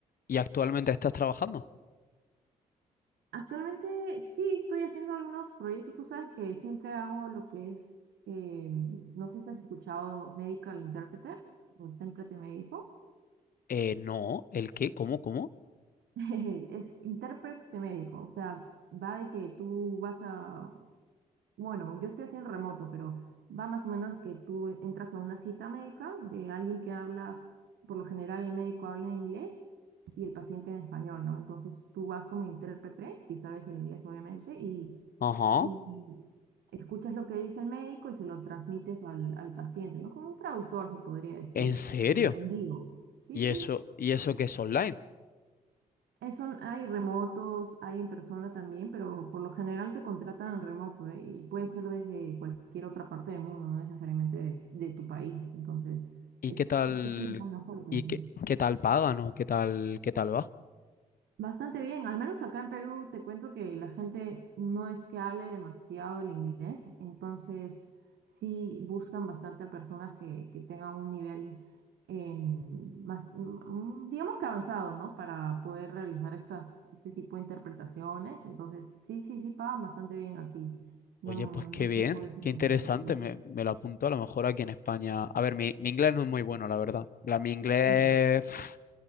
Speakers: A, on the left; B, on the right.
A: ¿Y actualmente estás trabajando?
B: actualmente sí estoy haciendo algunos proyectos. Tú sabes que siempre hago lo que es, em, no sé si has escuchado Medical Interpreter o intérprete médico.
A: Eh, no, ¿el qué? ¿Cómo, cómo?
B: <laughs> Es intérprete médico, o sea, va de que tú vas a Bueno, yo estoy haciendo remoto, pero va más o menos que tú entras a una cita médica de alguien que habla, por lo general el médico habla en inglés y el paciente en español, ¿no? Entonces tú vas como intérprete, si sabes el inglés obviamente, y,
A: Ajá,
B: y escuchas lo que dice el médico y se lo transmites al, al paciente, ¿no? Como un traductor se podría decir,
A: ¿en serio?
B: en en vivo. Sí,
A: ¿Y
B: sí.
A: eso, y eso que es online?
B: Eh, son- hay remotos, hay en persona también, pero por lo general te contratan remoto, ¿eh? Y puede ser desde cualquier otra parte del mundo, no necesariamente de, de tu país. Entonces,
A: ¿Y
B: es,
A: qué tal,
B: es una buena oferta,
A: y
B: sí.
A: qué, qué tal pagan o qué tal, qué tal va?
B: Bastante bien, al menos acá en Perú te cuento que la gente no es que hable demasiado el inglés, entonces sí buscan bastante personas que, que tengan un nivel em, más, mm, digamos que avanzado, ¿no? Para poder realizar estas, este tipo de interpretaciones, entonces sí, sí, sí pagan bastante bien aquí, no,
A: Oye,
B: no
A: pues qué bien,
B: se puede preguntar,
A: qué interesante,
B: sí.
A: me, me lo apunto a lo mejor aquí en España. A ver, mi, mi inglés no es muy bueno, la verdad. La, mi inglés
B: y no.
A: pf,